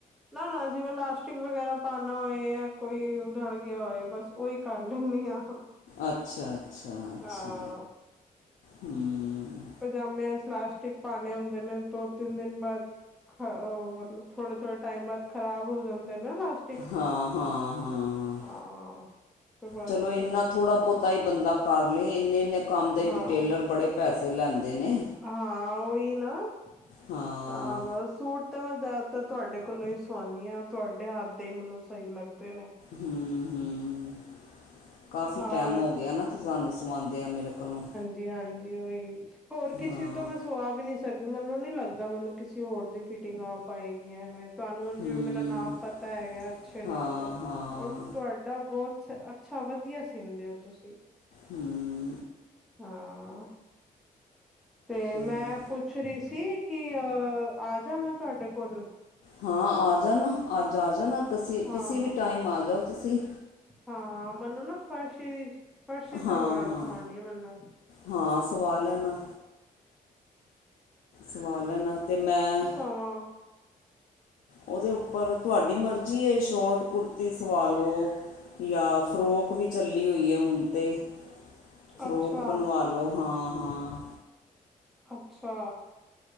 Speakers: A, in the centre; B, on the left.
A: ਨਾ-ਨਾ ਜਿਵੇਂ ਲਾਸਟਿਕ ਵਗੈਰਾ ਪਾਨਾ ਏ ਯਾਂ ਕੋਈ ਉਧੜ ਗਿਆ ਹੋਏ ਬਸ ਓਈ ਕਰ ਲੈਂਨੀ ਆਂ।
B: ਅੱਛਾ-ਅੱਛਾ-ਅੱਛਾ,
A: ਹਾਂ
B: ਹੂੰ।
A: ਪਜਾਮਿਆਂ ਏੱਚ ਲਾਸਟਿਕ ਪਾਨੇ ਹੁੰਦੇ ਨੇ ਦੋ-ਤਿੰਨ ਦਿਨ ਬਾਦ। ਹ ਅ ਮਤਲਬ ਥੋੜੇ-ਥੋੜੇ ਟਾਈਮ ਬਾਦ ਖਰਾਬ ਹੋ ਜਾਂਦੇ ਨਾ ਲਾਸ਼ਟ
B: ਹਾਂ-ਹਾਂ-ਹਾਂ।
A: ਹਾਂ ਤੇ ਬਸ
B: ਚਲੋ ਏਨਾ ਥੋੜਾ ਬੋਤਾ ਈ ਬੰਦਾ ਕਰ ਲਏ ਏਨੇ-ਏਨੇ ਕੰਮ ਦੇ
A: ਹਾਂ
B: ਈ ਪ ਟੇਲਰ ਬੜੇ ਪੈਸੇ ਲੈਂਦੇ ਨੇ।
A: ਹਾਂ, ਓਹੀ ਨਾ
B: ਹਾਂ
A: ਤਾਂ ਬਸ ਸੂਟ ਤੇ ਮੈਂ ਜ਼ਿਆਦਾਤਰ ਤੋਆਡੇ ਕੋਲੋਂ ਈ ਸੋਆਨੀ ਆਂ। ਤੋਆਡੇ ਹੱਥ ਦੇ ਈ ਮੇਨੂੰ ਸਈ ਲੱਗਦੇ ਨੇ।
B: ਹੂੰ-ਹੂੰ, ਕਾਫੀ
A: ਹਾਂ
B: ਟੈਮ ਹੋ ਗਿਐ ਨਾ। ਜਾਨ ਨੂੰ ਸੁਵਾਂਦੇ ਆਂ ਮੇਰੇ ਕਲੋਂ।
A: ਜੀ ਹਾਂਜੀ ਓਈ। ਹੋਰ ਕਿਸੇ
B: ਹਾਂ
A: ਤੋਂ ਮੈਂ ਸੁਆ ਵੀ ਨੀ ਸ ਤਦੀ ਮੇਨੂੰ ਨੀ ਲੱਗਦਾ ਮੇਨੂੰ ਕਿਸੇ ਹੋਰ ਦੀ ਫਿਟਿੰਗ ਆ ਪਾਏਗੀ ਐਵੇਂ। ਤੁਆਨੂੰ
B: ਹੂੰ
A: ਜਿਵੇਂ ਮੇਰਾ ਨਾਪ ਪਤਾ ਹੈਗੈ ਅੱਛੇ ਨਾਲ
B: ਹਾਂ
A: ਦਾ
B: ਹਾਂ
A: ਓ ਤੋਆਡਾ ਬੋਤ ਸ ਅੱਛਾ ਵਧੀਆ ਸੀਂਦੇ ਓ ਤੁਸੀ।
B: ਹੂੰ।
A: ਹਾਂ, ਤੇ
B: ਚਲੋ
A: ਮੈਂ ਪੁੱ ਫ੍ਰੀ ਸੀ ਕਿ ਅ ਆਜਾ ਮੈਂ ਤੋਆਡੇ ਕੋਲ?
B: ਹਾਂ ਆ ਜਾਨਾ। ਅੱਜ ਆ ਜਾਨਾ। ਕਿਸੀ,
A: ਹਾਂ
B: ਕਿਸੀ ਵੀ ਟਾਈਮ ਆ ਜਾਓ ਤੁਸੀ।
A: ਹਾਂ, ਮਨੂੰ ਨਾ ਫਰਸ਼ੀ, ਫਰਸ਼ੀ ਸਲਵਾਰ
B: ਹਾਂ ਹਾਂ
A: ਸੁਆਨੀ ਐ ਮਨੂੰ।
B: ਹਾਂ ਸਵਾ ਲੈਨਾ। ਸਵਾ ਲੈਨਾ ਤੇ ਮੈਂ
A: ਪਵਾਂ
B: ਓਦੇ ਉੱਪਰ ਤੁਆਡੀ ਮਰਜ਼ੀ ਏ ਸ਼ੋਰਟ ਕੁਰਤੀ ਸਵਾ ਲੋ ਯਾਂ ਫਰੋਕ ਵੀ ਚੱਲੀ ਹੋਈ ਏ ਹੁਣ ਤੇ ਫਰੋਕ
A: ਅੱਛਾ
B: ਬਨਵਾ ਲੋ, ਹਾਂ-ਹਾਂ।
A: ਅੱਛਾ।